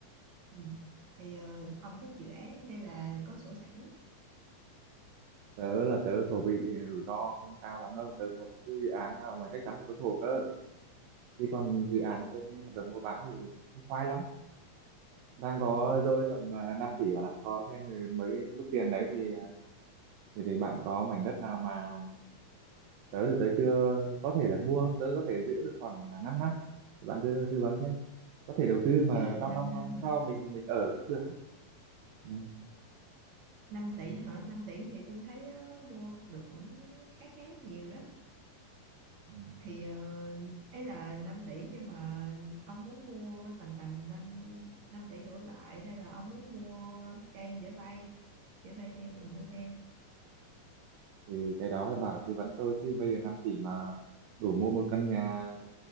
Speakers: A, on the right; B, on the right.
A: Ừ. Thì ờ, ông thích dự án hay là có sổ sẵn?
B: Tớ là tớ khẩu vị rủi ro không cao lắm đâu. Tớ muốn cái dự án nào mà chắc chắn phải có sổ cơ. Chứ còn dự án trên hợp đồng mua bán thì cũng khoai lắm. Đang có
A: Ừ.
B: dôi tầm à, 5 tỷ bạn ạ. Có thêm mới mức tiền đấy thì thì thì bạn có mảnh đất nào mà tớ thì tớ chưa có thể là mua tớ có thể giữ được khoảng à, 5 năm năm. bạn tư tư vấn thế có thể đầu tư mà
A: giữ được
B: trong
A: 5
B: 5
A: năm
B: năm
A: hả
B: sau mình mình ở cũng được ấy ừ.
A: năm tỷ hả năm tỷ thì tôi thấy ờ, mua được cũng khá khá nhiều đó
B: Ừ.
A: thì ờ, ấy là 5 tỷ nhưng mà ông muốn mua tầm tầm 5, 5 tỷ đổ lại hay là ông muốn mua trang để vay để vay thêm rồi mua thêm
B: thì cái đó là bảo tư vấn tôi chứ bây giờ 5 tỷ mà đủ mua một căn nhà